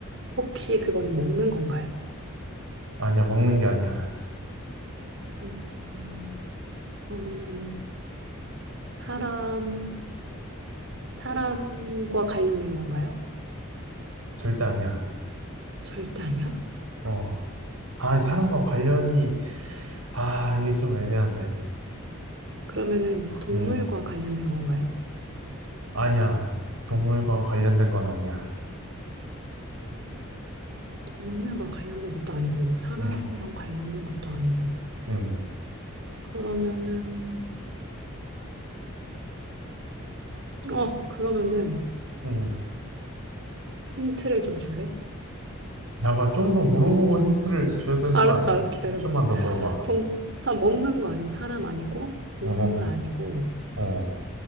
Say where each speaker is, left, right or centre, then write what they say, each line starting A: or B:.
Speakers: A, on the right; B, on the right.
A: 혹시 그거는 먹는 건가요?
B: 아니야, 먹는 게 아니야.
A: 음, 아니면은 사람 사람과 관련된 건가요?
B: 절대 아니야.
A: 절대 아니야.
B: 어, 아, 이 사람과 관련이, 아, 이게 좀 애매한데.
A: 그러면은 동물과
B: 음,
A: 관련된 건가요?
B: 아니야. 동물과 관련된 건 아니야.
A: 동물과 관련된 것도 아니고 사람이랑
B: 음,
A: 관련된 것도 아니고
B: 음,
A: 그러면은 어 그러면은
B: 음.
A: 힌트를 좀 줄래?
B: 약간 좀 더 물어보고 힌트를 줘야 되는
A: 알았어,
B: 거 아니야?
A: 알았어. 기다려봐.
B: 좀만 더 물어봐.
A: 동, 사, 먹는 거 아니고, 사람 아니고, 동물
B: 어,
A: 아니고,
B: 어,